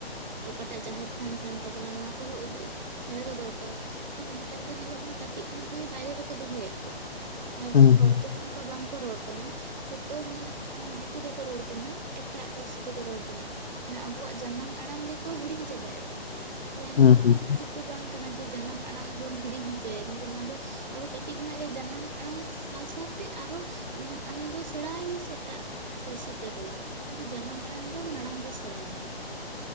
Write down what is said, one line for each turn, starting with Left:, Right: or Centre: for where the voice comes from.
Right: ᱚᱠᱟ ᱴᱟᱜ ᱡᱟᱦᱮᱨ ᱛᱷᱟᱱ ᱠᱟᱱ ᱛᱟᱵᱚᱱᱟ ᱱᱚᱣᱟ ᱠᱚᱦᱚᱸ ᱩᱫᱩᱜ ᱥᱮᱬᱟ ᱫᱚ ᱫᱚᱨᱠᱟᱨ ᱱᱮᱛᱟᱨ ᱫᱚ ᱧᱮᱞᱚᱜ ᱠᱟᱱᱟ ᱠᱟᱹᱴᱤᱡ ᱠᱷᱚᱱᱟᱜ ᱜᱮ ᱵᱟᱦᱨᱮ ᱨᱮᱠᱚ ᱫᱚᱦᱚ ᱭᱮᱫ ᱠᱚᱣᱟ ᱟᱨ
Left: ᱦᱩᱸ
Right: ᱦᱚᱲ
Left: ᱦᱩᱸ
Right: ᱛᱮ ᱦᱚᱸ ᱚᱱᱠᱟ ᱵᱟᱝᱠᱚ ᱨᱚᱲ ᱠᱟᱱᱟ ᱡᱚᱛᱚ ᱦᱚᱲ ᱢᱟᱱᱮ ᱫᱤᱠᱩ ᱛᱮᱠᱚ ᱨᱚᱲ ᱠᱟᱱᱟ᱾ ᱮᱴᱟᱜ ᱯᱟᱹᱨᱥᱤ ᱛᱮᱠᱚ ᱨᱚᱲ ᱠᱟᱱᱟ ᱢᱟᱱᱮ ᱟᱵᱚᱣᱟᱜ ᱡᱟᱱᱟᱢ ᱟᱲᱟᱝ ᱜᱮᱠᱚ ᱦᱤᱲᱤᱧ ᱪᱟᱵᱟᱭᱮᱫᱟ ᱵᱚᱞᱮ
Left: ᱦᱩᱸ
Right: ᱱᱚᱣᱟ
Left: ᱦᱩᱸ
Right: ᱦᱚᱸ ᱩᱪᱤᱛ ᱫᱚ ᱵᱟᱝ ᱠᱟᱱᱟ ᱡᱮ ᱡᱟᱱᱟᱢ ᱟᱲᱟᱝ ᱵᱚᱱ ᱦᱤᱲᱤᱧ ᱦᱚᱪᱚᱭᱟ ᱠᱤᱱᱛᱩ ᱱᱚᱣᱟ ᱫᱚ ᱟᱵᱚ ᱠᱟᱹᱴᱤᱡ ᱠᱷᱚᱱᱟᱜ ᱜᱮ ᱡᱟᱱᱟᱢ ᱟᱲᱟᱝ ᱥᱟᱶᱼᱥᱟᱶᱛᱮ ᱟᱨᱦᱚᱸ ᱟᱢ ᱫᱚ ᱥᱮᱬᱟᱭ ᱢᱮ <inaudible> ᱮᱴᱟᱜ ᱯᱟᱹᱨᱥᱤ ᱛᱮ ᱨᱚᱲ ᱠᱤᱱᱛᱩ ᱡᱟᱱᱟᱢ ᱢᱟᱲᱟᱝ ᱫᱚ ᱢᱟᱲᱟᱝ ᱨᱮ ᱥᱮᱬᱟ ᱦᱟᱭ ᱢᱮ